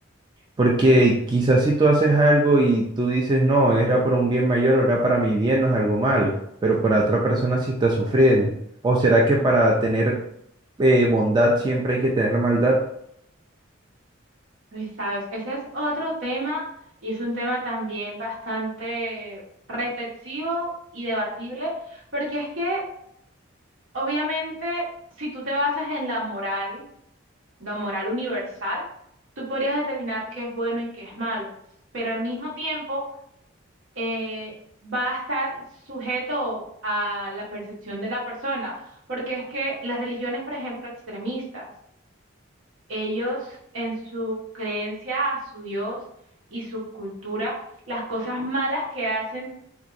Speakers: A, on the right; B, on the right.
A: Porque quizás si tú haces algo y tú dices, no, era por un bien mayor o era para mi bien, no es algo malo, pero para otra persona sí está sufriendo. ¿O será que para tener eh, bondad siempre hay que tener maldad?
B: Y sabes, ese es otro tema y es un tema también bastante reflexivo y debatible. Porque es que Obviamente, si tú te basas en la moral, la moral universal, tú podrías determinar qué es bueno y qué es malo, pero al mismo tiempo eh, va a estar sujeto a la percepción de la persona, porque es que las religiones, por ejemplo, extremistas, ellos en su creencia a su Dios y su cultura, las cosas malas que hacen